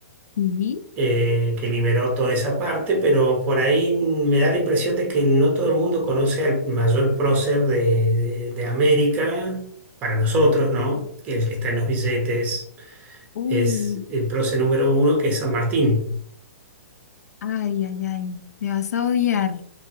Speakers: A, on the left; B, on the right.
A: Sí.
B: eh, que liberó toda esa parte, pero por ahí me da la impresión de que no todo el mundo conoce al mayor prócer de, de- de América, para nosotros, ¿no? Que es el que está en los billetes,
A: Uh,
B: es el prócer número uno, que es San Martín.
A: Ay, ay, ay, me vas a odiar,